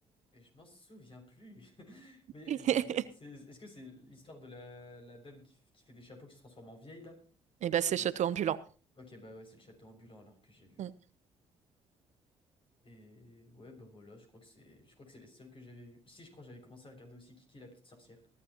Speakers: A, on the left (about 40°); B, on the right (about 55°).
A: Et je m'en souviens plus. <laughs> Mais
B: <laughs> Et
A: je vais te dire, c'est, est-ce que c'est l'histoire de la, la dame qui, qui fait des chapeaux qui se transforme en vieille là?
B: bah,
A: C'est...
B: c'est château ambulant.
A: Ok, bah ouais, c'est le château ambulant alors que j'ai vu.
B: Hum.
A: Et ouais, bah voilà, je crois que c'est, je crois que c'est les seuls que j'avais vus. Si, je crois que j'avais commencé à regarder aussi Kiki la petite sorcière,